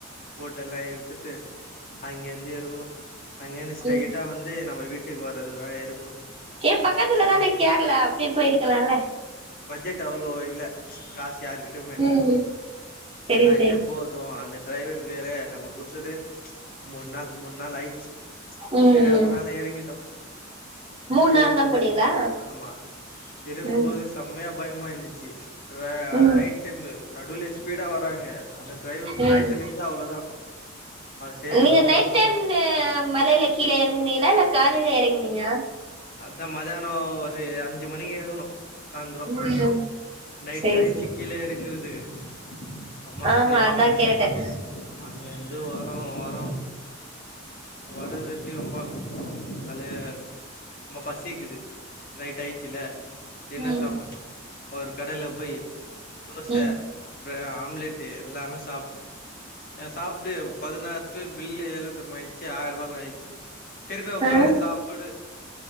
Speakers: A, on the left (about 50°); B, on the right (about 30°).
A: போட்டோ எல்லா எடுத்துட்டு அங்கே இருந்து எறங்குணு அங்கே இருந்து ஸ்ட்ரைட்டா
B: ம்
A: வந்து நம்ம வீட் ட்டுக்கு வரதுதா எடுக்குணு
B: ஏ பக்கத்துலதான கேரளா அப்டி போயிருக்கலால்ல
A: பட்ஜெட் அவ்ளோ இல்ல காசு யாருக்கிட்டமே
B: ம் சரி
A: ஏனா
B: சரி
A: இதே போது தோ அந்த டிரைவருக் வேறயா நம்ம குடுத்தது மூணு நாள் மூணு நாள் ஆயிச்சு
B: ம்
A: சரி அதுனால எறங்கிட்டோ
B: மூணு
A: எறங்குபோ
B: நாள் தான் போனீங்களா
A: ஆமா எறங்கும்போது
B: ம்
A: செம்மையா பயமாயிந்துச்சு ரா
B: ம்
A: நைட் டைம் நடுவில ஸ்பீடா வராங்க அந்த டிரைவர் தூக்கத்துல
B: ம்
A: இருந்த அவ்ளோதா <inaudible> சேஃபா
B: நீங்க நைட்
A: மொல்லமா
B: டைம் மலையில கீழ எறங்குனீங்களா இல்ல காலையில எறங்குனீங்களா
A: அதா மதியானோ ஒரு அஞ்சு மணிக்கு எருக்குனோ சாந்திரோ
B: ம்
A: நைட்
B: சரி
A: ஆயிச்சு
B: சரி
A: கீழ எறங்கறதுக்கு அம்மாஸு
B: ஆமா அதான்
A: அங்க
B: கேட்டேன்
A: அங்க இருந்து வரோ வரோ வருதிருட்டியு ப்பா தலய ம் பசிக்குது நைட் ஆயிடுச்சுல்ல டின்னர்
B: ம்
A: சாப்பின்னு ஒரு கடையில போயி தோச
B: ம்
A: ஒரு ஆம்லெட்டு் எல்லாமே சாப்டோ எ சாப்ட்டு பதினாறு பேர் பில்லு எவ்ளோ தெரிமா ஆயிச்சு ஆயிர் ரூபா தா ஆயிச்சு திருப்பி உக்காரு
B: ஆ
A: சாப்புடு